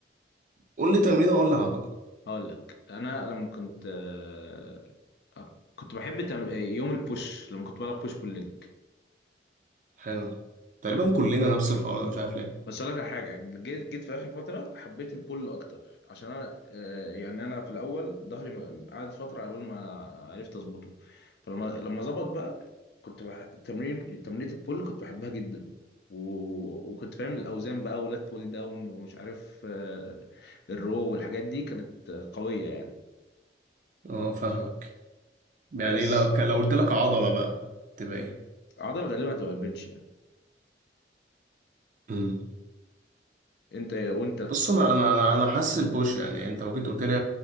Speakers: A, on the right; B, on the left.
A: قول لي تمرين اقول لي عضله
B: هقول لك انا لما كنت آه، آه، كنت بحب تم- آه، يوم البوش لما كنت بلعب بوش بول ليج
A: حلو تقريبا كلنا نفس الحوار ده مش عارف ليه
B: بس اقول لك على حاجه جيت جيت في اخر فتره حبيت البول اكتر عشان انا آه، يعني انا في الاول ظهري م- قعد فتره على بال ما عرفت اظبطه فلما لما ظبط بقى كنت بح... تمرين تمرينة البول كنت بحبها جدا و... وكنت فاهم الاوزان بقى ولات بول داون ومش عارف آه، الرو والحاجات دي كانت آه، قويه يعني
A: اه فاهمك يعني
B: بس
A: لو ك- لو قلت لك عضله بقى تبقى ايه
B: عضل غالبا هتبقى البنش يعني
A: امم
B: انت وانت
A: بص انا انا انا انا حاسس البوش يعني انت لو جيت قلت لي